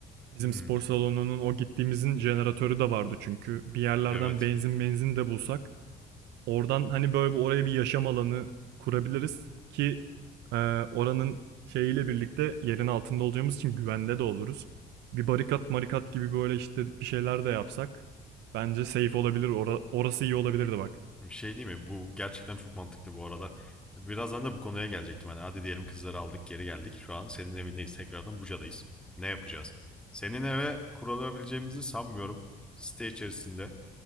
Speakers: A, on the right (about 85°); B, in the centre.
A: Bizim
B: Hmm,
A: spor salonunun o gittiğimizin jeneratörü de vardı çünkü. Bir yerlerden
B: evet.
A: benzin benzin de bulsak Oradan hani böyle bir oraya bir yaşam alanı kurabiliriz ki e, oranın şeyiyle birlikte yerin altında olacağımız için güvende de oluruz. Bir barikat marikat gibi böyle işte bir şeyler de yapsak bence safe olabilir. Ora- orası iyi olabilirdi bak.
B: Bir şey değil mi? Bu gerçekten çok mantıklı bu arada. Birazdan da bu konuya gelecektim. Hani hadi diyelim kızları aldık geri geldik. Şu an senin evindeyiz. Tekrardan Buca'dayız. Ne yapacağız? Senin eve kurulabileceğimizi sanmıyorum. Site içerisinde.